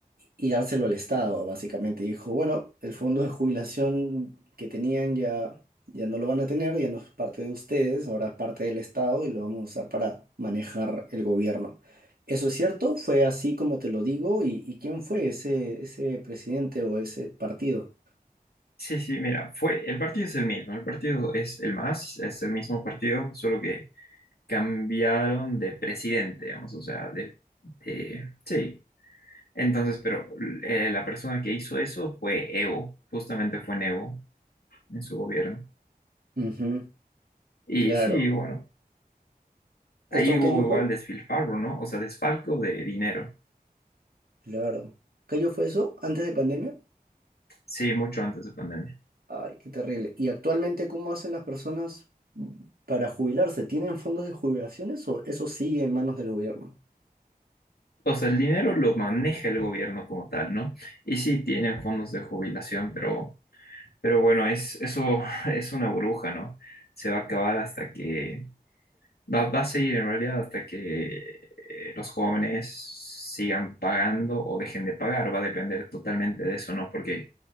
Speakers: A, on the right (about 65°); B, on the left (about 80°).
A: y dárselo al Estado, básicamente. Dijo, bueno, el fondo de jubilación que tenían ya, ya no lo van a tener, ya no es parte de ustedes, ahora es parte del Estado y lo vamos a usar para manejar el gobierno. ¿Eso es cierto? ¿Fue así como te lo digo? ¿Y, y quién fue ese, ese presidente o ese partido?
B: Sí, sí, mira, fue, el partido es el mismo, el partido es el Más es el mismo partido, solo que cambiaron de presidente, digamos, o sea, de, de- sí, Entonces, pero eh, la persona que hizo eso fue Evo, justamente fue Evo en su gobierno.
A: Ujú,
B: Y
A: claro.
B: sí, bueno,
A: ¿Esto
B: ahí hubo
A: qué año
B: igual
A: fue?
B: desfilfarro, ¿no? O sea, desfalco de dinero.
A: Claro. ¿Qué año fue eso? ¿Antes de pandemia?
B: Sí, mucho antes de pandemia.
A: Ay, qué terrible. ¿Y actualmente cómo hacen las personas para jubilarse? ¿Tienen fondos de jubilaciones o eso sigue en manos del gobierno?
B: O sea, el dinero lo maneja el gobierno como tal, ¿no? Y sí tienen fondos de jubilación, pero, pero bueno, es, eso <laughs> es una burbuja, ¿no? Se va a acabar hasta que Va, va a seguir en realidad hasta que eh, los jóvenes sigan pagando o dejen de pagar. Va a depender totalmente de eso, ¿no? Porque